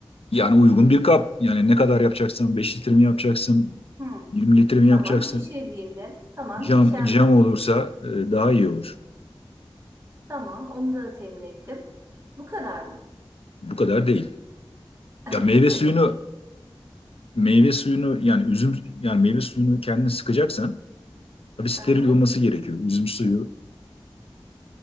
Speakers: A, on the left; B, on the right.
A: Yani uygun bir kap. Yani ne kadar yapacaksan Beş litre mi yapacaksın?
B: Hmm.
A: 20 litre mi
B: Tamam
A: yapacaksın?
B: şişe diyelim. Tamam
A: Cam,
B: şişem
A: cam
B: de var.
A: olursa e, daha iyi olur.
B: Tamam onu da temin ettim. Bu kadar mı?
A: Bu kadar değil. Ya
B: <laughs>
A: meyve suyunu meyve suyunu yani üzüm yani meyve suyunu kendin sıkacaksan tabii steril
B: Aha.
A: olması gerekiyor. Üzüm suyu